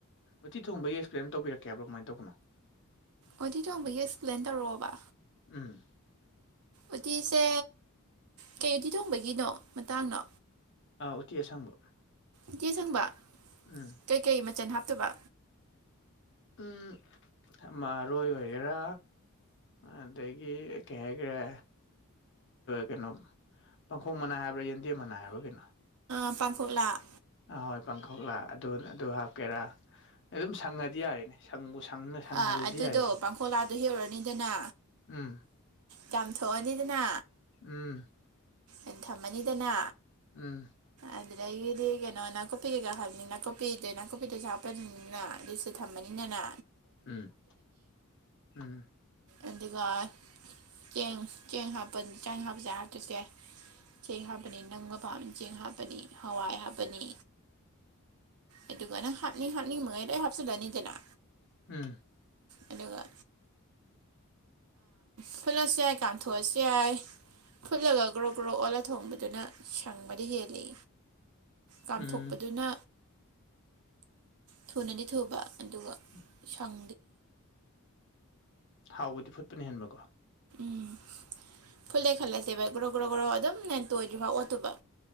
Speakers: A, on the left; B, on the right.
A: ꯎꯠꯇꯤ ꯊꯣꯡꯕꯒꯤ ꯑꯦꯛꯁꯄ꯭ꯂꯦꯟ ꯇꯧꯕꯤꯔꯛꯀꯦ ꯍꯥꯏꯕ꯭ꯔꯣ ꯀꯃꯥꯏꯅ ꯇꯧꯕꯅꯣ
B: ꯑꯣꯗꯤ ꯊꯣꯡꯕꯒꯤ ꯑꯦꯛꯁꯄ꯭ꯂꯦꯟ ꯇꯧꯔꯛꯑꯣꯕ
A: ꯎꯝ
B: ꯎꯇꯤꯁꯦ ꯀꯩ ꯎꯇꯤ ꯊꯣꯡꯕꯒꯤꯅꯣ ꯃꯇꯥꯡꯅꯣ
A: ꯑꯥ ꯎꯇꯤ ꯑꯁꯪꯕ
B: ꯏꯆꯦ ꯁꯪꯕ
A: ꯎꯝ
B: ꯀꯩꯀꯩ ꯃꯆꯜ ꯍꯥꯞꯇꯕ
A: ꯎꯝ ꯃꯔꯣꯏ ꯑꯣꯏꯒꯦꯔꯥ ꯑꯗꯒꯤ ꯀꯩ ꯍꯥꯏꯈꯔꯦ ꯀꯩꯅꯣ ꯄꯥꯡꯈꯣꯡ ꯃꯅꯥꯏ ꯍꯥꯏꯕ꯭ꯔꯥ ꯌꯦꯟꯗꯦꯝ ꯃꯅꯥꯏ ꯍꯥꯏꯕ꯭ꯔꯥ ꯀꯩꯅꯣ
B: ꯍꯥꯄꯥꯡꯈ ꯂꯥꯛ
A: ꯍꯣꯏ ꯄꯥꯡꯈꯣꯛꯂ ꯑꯗꯨ ꯍꯥꯞꯀꯦꯔꯥꯝ ꯁꯪꯉꯗꯤ ꯌꯥꯔꯦꯅꯦ ꯁꯪꯅ ꯁꯪꯍꯜꯂꯗꯤ
B: ꯑꯥ ꯑꯗꯨꯗꯣ
A: ꯌꯥꯔꯦ ꯁꯤꯅꯦ
B: ꯄꯥꯡꯈꯣꯂꯥꯗ ꯍꯦꯛꯎꯔꯅꯤꯗꯅ
A: ꯎꯝ
B: ꯆꯥꯝꯊꯣꯛꯑꯅꯤꯗꯅ
A: ꯎꯝ
B: ꯑ ꯊꯝꯃꯅꯤꯗꯅ
A: ꯎꯝ
B: ꯑꯗꯨꯗ ꯑꯩꯒꯤꯗꯤ ꯀꯩꯅꯣ ꯅꯥꯀꯨꯞꯄꯤ ꯀꯩꯀꯥ ꯍꯕꯅꯤ ꯅꯥꯀꯨꯞꯄꯤꯗ ꯅꯥꯀꯨꯞꯄꯤꯗꯁꯨ ꯍꯥꯞꯄꯅꯤꯅꯤꯅ ꯑꯗꯨꯁꯨ ꯊꯝꯕꯅꯤꯅꯅ
A: ꯎꯝ ꯎꯝ
B: ꯑꯗꯨꯒ ꯆꯦꯡ ꯆꯦꯡ ꯍꯥꯞꯄ ꯆꯦꯡ ꯍꯥꯞꯄꯁꯦ ꯍꯥꯞꯇꯁꯦ ꯆꯦꯡ ꯍꯥꯞꯄꯅꯤ ꯅꯪꯒ ꯄꯥꯝꯅ ꯆꯦꯡ ꯍꯥꯞꯄꯅꯤ ꯍꯋꯥꯏ ꯍꯥꯞꯄꯅꯤ ꯑꯗꯨꯒ ꯅꯪ ꯍꯥꯞꯅꯤꯡ ꯍꯥꯞꯠꯅꯤꯡꯉꯩ ꯂꯣꯏ ꯍꯥꯞꯆꯤꯜꯂꯅꯤꯗꯅ
A: ꯎꯝ
B: ꯑꯗꯨꯒ ꯐꯨꯠꯂꯁꯨ ꯌꯥꯏ ꯀꯥꯝꯊꯣꯛꯑꯁꯨ ꯌꯥꯏ ꯐꯨꯠꯂꯒ ꯒ꯭ꯔꯣ ꯒ꯭ꯔꯣ ꯑꯣꯜꯂ ꯊꯣꯡꯕꯗꯨꯅ ꯁꯪꯕꯗ ꯍꯦꯜꯂꯛꯏ ꯀꯥꯝꯊꯣꯛꯄꯗꯨꯅ
A: ꯎꯝ
B: ꯊꯨꯅꯗꯤ ꯊꯨꯕ ꯑꯗꯨꯒ
A: ꯎꯝ
B: ꯁꯪ
A: ꯍꯥꯎꯕꯗꯤ ꯐꯨꯠꯄꯅ ꯍꯦꯟꯕꯀꯣ
B: ꯎꯝ ꯐꯨꯂꯦ ꯈꯜꯂꯁꯦ ꯚꯥꯏ ꯒ꯭ꯔꯣ ꯒ꯭ꯔꯣ ꯒ꯭ꯔꯣ ꯑꯗꯨꯝ ꯅ ꯇꯣꯏꯗ꯭ꯔꯤꯐꯥꯎ ꯑꯣꯠꯇꯨꯕ